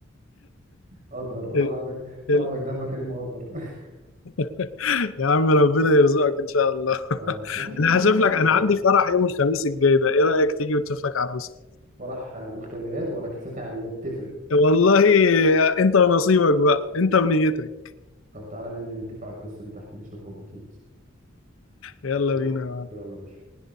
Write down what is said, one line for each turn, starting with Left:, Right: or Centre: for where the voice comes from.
Right: قدر خلي
Left: ال-
Right: عندك خلي
Left: ال-
Right: عندك <laughs> دم كريم وقدر <laughs>
Left: <laughs> يا عم ربنا يرزقك إن شاء الله <laughs>
Right: يا رب ما تيجي ننزل
Left: أنا هشوف
Right: ن-
Left: لك أنا عندي فرح يوم الخميس الجاي ده إيه رأيك تيجي وتشوف لك عروسة
Right: فرح مختمرات ولا كاسات عاليات تفرق
Left: والله آه، انت ونصيبك بقى انت ونيتك
Right: طب تعالى ننزل نتفق على القصه دي تحت نشرب كوبايتين
Left: يلا
Right: يلا
Left: بينا
Right: يلا يا باشا